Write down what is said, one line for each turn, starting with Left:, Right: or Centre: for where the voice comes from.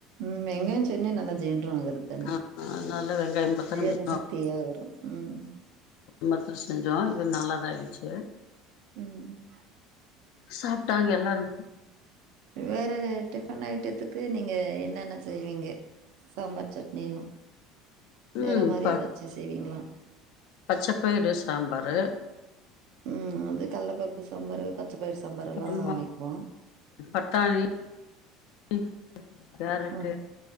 Right: ம் வெங்காயசட்னி நல்லா ஜீரணோ ஆக்ரதுதான
Left: ஆ அதனால வெங்காயம் மத்தன
Right: ஜீர்ண
Left: மிச்சோ
Right: சக்தியாகறு ம்
Left: மர்ஷோ செஞ்சோ இது நல்லாதா இருன்ச்சு
Right: ம் ம்
Left: சாப்ட்டாங்க எல்லாரு
Right: வேற டிஃபன் ஐட்டத்துக்கு நீங்க என்னென்ன செய்வீங்க சாம்பார் சட் னி
Left: ம்
Right: வேற மாரி
Left: ப
Right: ஏதாச்சு செய்வீங்களா
Left: பச்சப்பயிறு சாம்பாரு
Right: ம் அதே கள்ளப்பருப்பு சாம்பாரு பச்சப்பயிர் சாம்பாரெல்லா
Left: அப்றமா
Right: வைக்குவோ
Left: பட்டாணி ம் கேரட்டு
Right: ம்